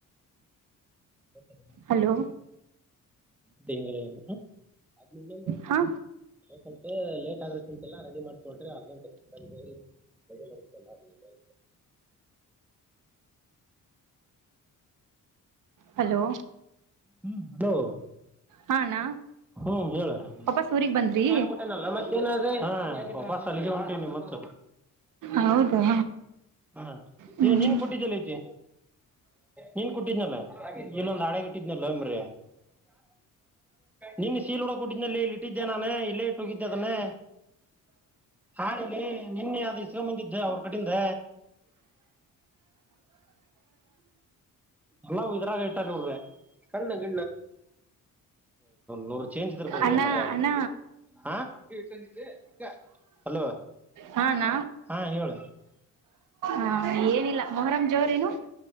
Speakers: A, in the centre; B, on the right.
A: ಹಾ
B: ಹಲೋ
A: ಬೇಂಗರ ಅದ್ ನಿ
B: ಹಾ
A: ಸ್ವಪ ಲೇಟ್ ಆಗ್ರ ಚಂತೆಲ್ಲ ರೆಡಿ ಮಾಡ್ಕೊಡ್ರಿ ಅರ್ ಗಂಟೆ ಸಂಜೆಿ ಕೈಲ್ಲರ್ತಲ್ಲ ಎಲ್ಲ
B: ಹಲೋ
A: ಹ್ಮ್ಲ
B: ಹಾ ಅಣ್ಣ
A: ಹ್ಮ್ ಹೇಳರಿತ್ತ
B: ವಾಪಸ್ ಊರಿಗ್ ಬಂದ್ರಿ
A: ಹ ವಾಪಸ್ ಸಲ್ಲಿ ಉಂಟ <unintelligible> ಿ ಮತ್ತ
B: ಹೌದಾ
A: ಹಾ
B: ಹ್ಮ್
A: ನೀನ್
B: ಹ್ಮ್
A: ಕುಟ್ಟಿದ್ದಲ್ಲ ಐತಿ ನೀನ್ ಕುಟ್ಟಿದ್ನಲ್ಲ ಇಲ್ಲೊಂದು ಹಳೆಟ್ಟ <unintelligible> ನ್ರ ನಿನ್ ಸೀಲ್ಡ ಕೊಟ್ಟಿದ್ನಲ್ಲ ಹೇಳಟ್ಟ ಇಟ್ಟಿದ್ದೆ ನಾನು ಇಲ್ಲೇ ಇಟ್ಟು ಹೋಗಿದ್ದದನ್ನೇ ಹಳಲ್ಲಿ ನಿನ್ನೆ ಅದು ಇಷ್ಟಕ ಬಂದಿದ್ದ ಅವ್ರ ಕಡಿಂದ ಎಲ್ಲ ಇದ್ರಾಗತಾರೆರ ಕಣ್ಣಣ ನೂ ಚೇಂಜ್ ತರ್ಕೊಳ್ಳಿ
B: ಅಣ್ಣ
A: ಮ
B: ಅಣ್ಣ
A: ಹಾ ೆ <unintelligible> ಹಲೋ
B: ಹಾ ಅಣ್ಣ
A: ಹಾ ಹೇಳ
B: ಹಾ ಏನಿಲ್ಲ ಮೊಹರಂ್ ಜೋರೇನು